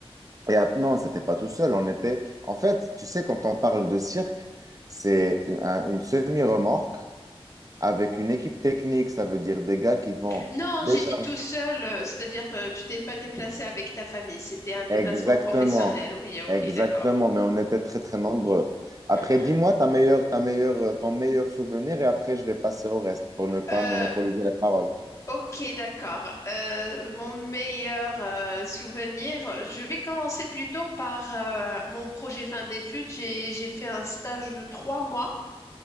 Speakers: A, on the right; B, on the left.
A: et ap- non, c'était pas tout seul. On était, en fait, tu sais, quand on parle de cirque, c'est un- une semi-remorque avec
B: Mhm.
A: une équipe technique. Ça veut dire des gars qui vont
B: Non,
A: décharger.
B: j'ai dit tout seul, euh, c'est-à-dire euh, tu t'es pas déplacé avec ta famille, c'était un déplacement
A: Exactement,
B: professionnel. Oui, ok,
A: exactement.
B: d'accord.
A: Mais on était très très nombreux. Après,
B: Mhm.
A: dis-moi ta meilleure, ta meilleure, euh, ton meilleur souvenir et après je vais passer au reste pour ne pas
B: Euh,
A: monopoliser la parole.
B: Ok, d'accord. Euh, mon meilleur euh, souvenir, je vais commencer plutôt par euh, mon projet fin d'études. J'ai, j'ai fait un stage de trois mois